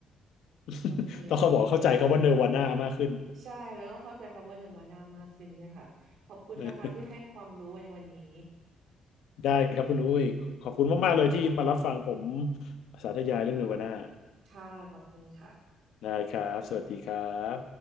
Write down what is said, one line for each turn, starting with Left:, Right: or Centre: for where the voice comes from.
Left: <laughs>
Right: โอเคขอบ
Left: ต้องเขาบอกเข้าใจเขาว่าเนรวาน่ามากขึ้น
Right: ใช่แล้วก็เข้าใจคำว่าเนวานามากขึ้นด้วยค่ะขอบคุณนะคะที่ให้ความรู้ในวันนี้
Left: <laughs> ได้ครับคุณอุ้ย ขอบคุณมากๆเลยที่มารับฟังผมสาธยายเรื่องเนรวาน่า
Right: ค่ะขอบคุณค่ะ
Left: ได้ครับ สวัสดีครับ